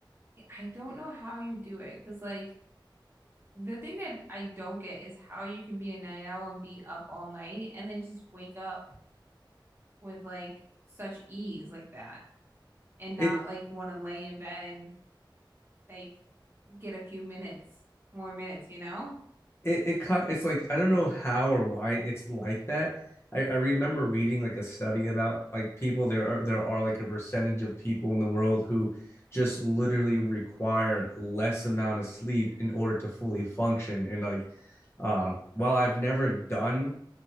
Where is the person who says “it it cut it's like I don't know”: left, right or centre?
Left